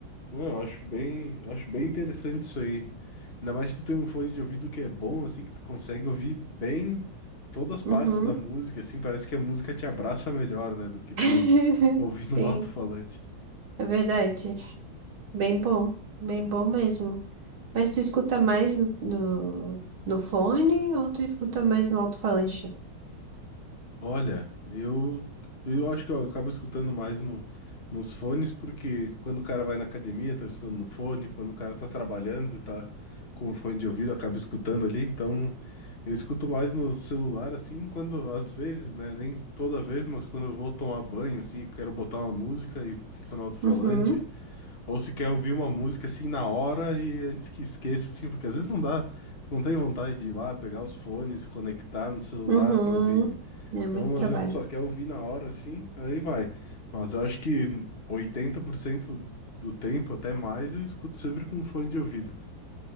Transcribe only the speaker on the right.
Uhum.
<laughs>
Sim,
é verdade. Bem bom, bem bom mesmo. Mas tu escuta mais no, no fone ou tu escuta mais no alto-falante?
Uhum,
uhum.
É
muito trabalho.